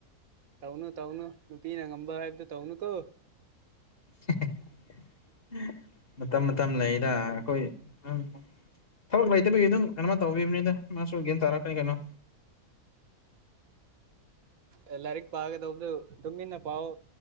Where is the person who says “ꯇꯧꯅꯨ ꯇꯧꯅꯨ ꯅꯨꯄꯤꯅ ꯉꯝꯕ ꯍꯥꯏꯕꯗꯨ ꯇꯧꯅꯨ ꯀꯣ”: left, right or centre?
Right